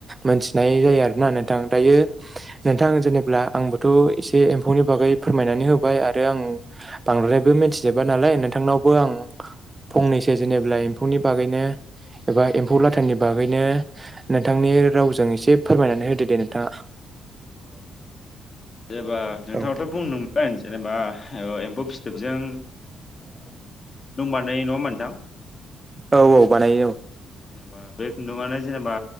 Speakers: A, on the right (about 25°); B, on the left (about 35°).
A: मोनथि नाय जायो आरोना नोंथां दायो नोंथां जेनेब्ला आंबोथ' एसे एम्फौनि बागै फोरमायना नै होबाय आरो आंबो
B: नोंथां
A: बांद्रायबो मोनथिजोबा नालाय नोंथांनावबो आं फंनैसो जेनेब्ला एम्फौनि बागैनो एबा एम्फौ लाथानि बागैनो नोंथांनि रावजों ए से फोरमायनानै होदो दे नोंथाङा।
B: औ नोंथां औ जेनेब्ला नोंथाङाथ'
A: औ
B: बुंदोंमोन जेनेब्ला एम्फौ फिथोबजों बानायो नङा होमबा नोंथां
A: औ औ बानायो औ
B: जेनेबा बे खुन्दुनो जेनेबा